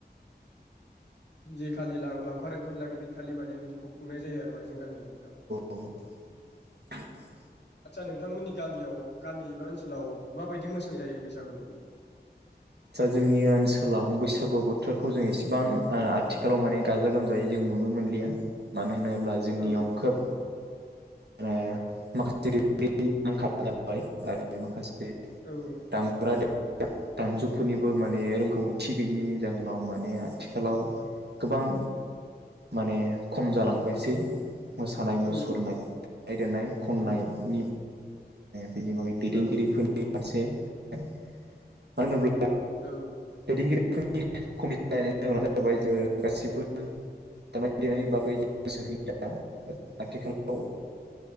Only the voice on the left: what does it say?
जे खालि लाव लावखार ओंखाम जागोन बे खालि माने बिखौ खुंनाय जायो आरो माने जों गामियाव नोंथां।
आदसा नोंथांमोननि गामियाव गामि एबा ओनसोलाव माबायदि मोसानाय जायो बैसागुखौ?
औ
औ
औ
औ
औ
औ